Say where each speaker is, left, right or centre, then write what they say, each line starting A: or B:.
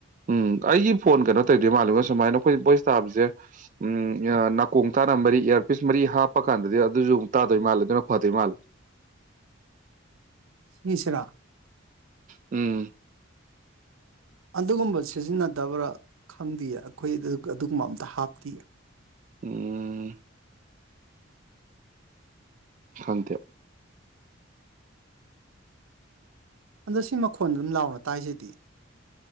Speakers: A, on the right (about 40°); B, on the right (about 85°).
A: ꯎꯝ ꯑꯩꯒꯤ ꯐꯣꯟ ꯀꯩꯅꯣ ꯇꯧꯗꯣꯏ ꯃꯥꯜꯂꯒ ꯁꯨꯃꯥꯏꯅ ꯑꯩꯈꯣꯏ ꯕꯣꯏꯁ ꯇꯥꯕꯁꯦ ꯎ ꯅꯥꯀꯣꯡ ꯇꯥꯅ ꯃꯔꯤ ꯏꯌꯥꯔꯄꯤꯤꯁ ꯃꯔꯤ ꯍꯥꯞꯄ ꯀꯥꯟꯗꯗꯤ ꯑꯗꯨꯁꯨ ꯑꯃꯨꯛ ꯇꯥꯗꯣꯏ ꯃꯥꯜꯂꯦ ꯑꯗꯨꯅ ꯐꯗꯣꯏ ꯃꯥꯜꯂꯦ
B: ꯃꯤꯁ꯭ꯔꯥ
A: ꯎꯝ
B: ꯑꯗꯨꯒꯨꯝꯕ ꯁꯤꯖꯤꯟꯅꯗꯕ꯭ꯔꯥ ꯈꯪꯗꯦꯌꯦ ꯑꯩꯈꯣꯏ ꯑꯗꯨꯒꯨꯝꯕ ꯑꯝꯇ ꯍꯥꯞꯇꯌꯦ
A: ꯎꯝ ꯈꯪꯗꯦ
B: ꯑꯟꯗ ꯁꯤ ꯃꯈꯣꯟꯗ ꯑꯗꯨꯝ ꯂꯥꯎꯅ ꯇꯥꯏꯁꯤꯗꯤ